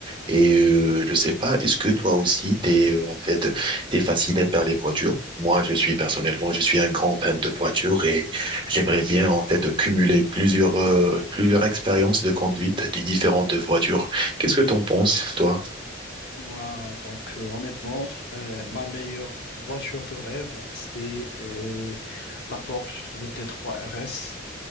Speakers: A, on the right; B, on the left.
A: Et euh, je sais pas, est-ce que toi aussi t'es euh, en fait t'es fasciné par les voitures? Moi, je suis personnellement, je suis un grand fan de voitures et j'aimerais bien en fait cumuler plusieurs euh, plusieurs expériences de conduite de différentes voitures. Qu'est-ce que t'en penses, toi?
B: Moi, donc euh, honnêtement, euh, ma meilleure voiture de rêve, c'est euh, la Porsche GT3 RS.